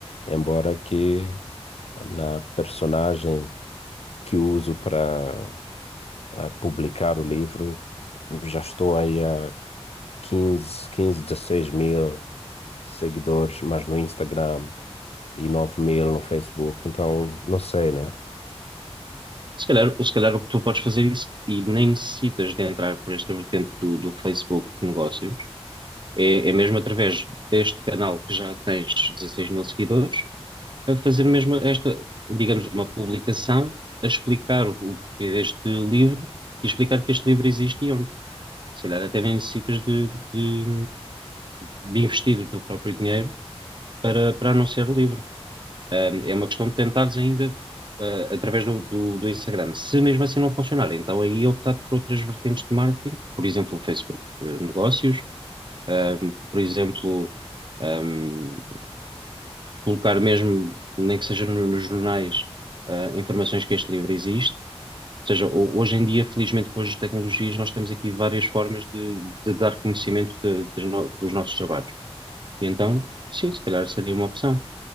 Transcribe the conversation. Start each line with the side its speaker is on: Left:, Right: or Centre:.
Left: embora que na personagem que uso para ah, publicar o livro já estou aí a 15 15, 16 mil seguidores, mas no Instagram e nove mil no Facebook, então não sei, né?
Right: Se calhar, se calhar o que tu podes fazer isso e nem necessitas de entrar por esta vertente do, do Facebook de negócios, é, é mesmo através deste canal que já tens 16 mil seguidores, a fazer mesmo esta, digamos, uma publicação a explicar o, o porquê deste livro e explicar que este livro existe e onde. Se calhar até nem necessitas de, de, de investir o teu próprio dinheiro para, para anunciar o livro. Um, é uma questão de tentares ainda, uh, através do, do, do Instagram. Se mesmo assim não funcionar, então aí optar por outras vertentes de marketing, por exemplo, Facebook, eh, negócios, um, por exemplo, um, colocar mesmo, nem que seja no- nos jornais, uh, informações que este livro existe. Ou seja, ho- hoje em dia, felizmente, com as tecnologias, nós temos aqui várias formas de, de dar conhecimento de- das no- dos nossos trabalhos. E então, sim, se calhar seria uma opção.